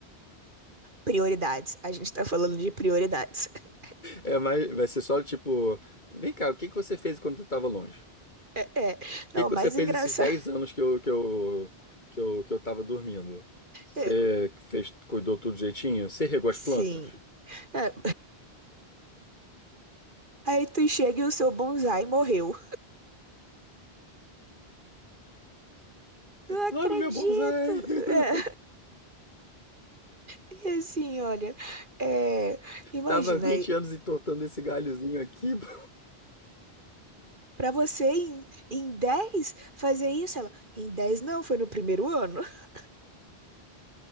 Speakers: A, on the right; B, on the left.
A: Prioridades. A gente tá falando de prioridades. <laughs>
B: É, mas vai ser só tipo, vem cá, o que que você fez quando tu tava longe?
A: É,
B: que
A: não,
B: que
A: o
B: você
A: mais
B: fez
A: engraçado.
B: esses 10 anos que eu, que eu, que eu, que eu tava dormindo? Você
A: <laughs> é,
B: fez, cuidou tudo direitinho? Você regou as
A: sim.
B: plantas?
A: É, aí tu chega e o seu bonsai morreu. Não
B: Logo
A: acredito.
B: meu bonsai! <laughs>
A: É. E assim, olha, é, imagina
B: Tava 20
A: aí,
B: anos entortando esse galhozinho aqui. pô.
A: pra você em, em 10 fazer isso, ela, em 10 não, foi no primeiro ano. <laughs>